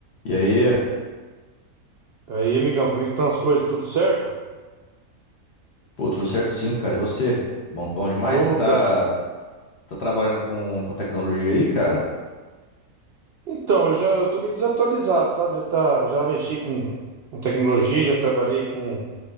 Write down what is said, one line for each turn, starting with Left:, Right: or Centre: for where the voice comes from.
Left: E aí?
Right: Aí, amigão, como é que estão as coisas? Tudo certo?
Left: Pô, tudo certo sim, cara. E você? Bom, bom demais?
Right: Ô,
Left: Você tá,
Right: graças.
Left: tá trabalhando com, com tecnologia aí, cara?
Right: Então, eu já eu tô meio desatualizado, sabe? Já tá, já mexi com, com tecnologia, já trabalhei com,